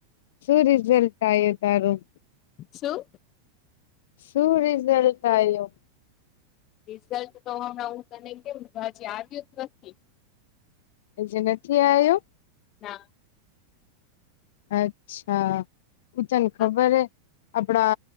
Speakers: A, on the left; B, on the left.
A: શું રિઝલ્ટ આવ્યો તારું
B: શું
A: શું રિઝલ્ટ આવ્યુ
B: રિઝલ્ટ તો હમણાં હું તને કેમ હજી આવ્યું જ નથી
A: હજી નથી આવ્યુ
B: ના
A: અચ્છા હુ તને
B: હા
A: ખબરે આપડા